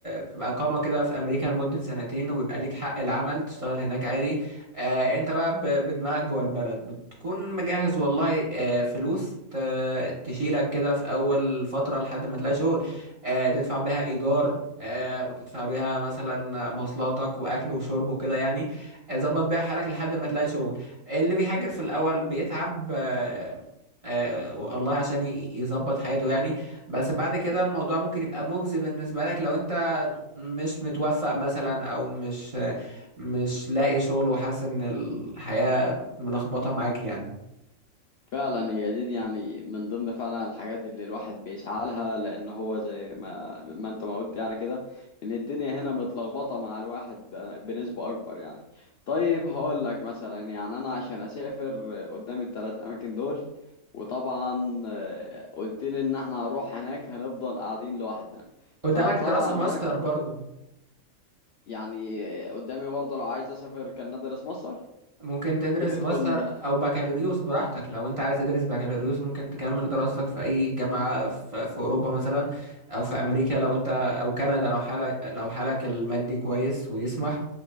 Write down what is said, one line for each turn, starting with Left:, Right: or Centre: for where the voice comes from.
Right: بتبقى اقامه كده في امريكا لمده سنتين وبيبقى ليك حق العمل تشتغل هناك عادي آه انت بقى ب- بدماغك جوه البلد بتكون مجهز والله آه فلوس ت- تشيلك كده في اول فتره لحد ما تلاقي شغل آه تدفع بيها ايجار آه وتدفع بيها مثلا مواصلاتك واكل وشرب وكده يعني آه، ظبط بيها حالك لحد ما تلاقي شغل اللي بيهاجر في الاول بيتعب آه آه الله عشان ي- يظبط حياته يعني بس بعد كده
Left: اكيد
Right: الموضوع ممكن يبقى مجزي بالنسبة لك لو انت مش متوفق مثلا او مش مش لاقي شغل وحاسس ان الحياة ملخبطة معاك يعني
Left: فعلا هي دي, دي يعني من ضمن فعلا الحاجات اللي الواحد بيسعى لها لان هو زي ما ما انت ما قلت يعني كده ان الدنيا هنا متلخبطه مع الواحد ب- بنسبه اكبر يعني طيب هقول لك مثلا يعني انا عشان اسافر قدام الثلاث اماكن دول وطبعا آه، قلت لي ان احنا هنروح هناك هنفضل قاعدين لوحدنا
Right: قدامك
Left: فطبعا
Right: دراسة ماستر
Left: هناك
Right: برضو
Left: يعني قدامي برضه لو عايز اسافر كان ندرس مصر
Right: ممكن تدرس
Left: دي بتكون
Right: ماستر او بكالوريوس براحتك لو انت عايز تدرس بكالوريوس ممكن تكمل دراستك في اي جامعة في, في اوروبا مثلا او في امريكا لو انت او كندا لو حالك لو حالك المادي كويس ويسمح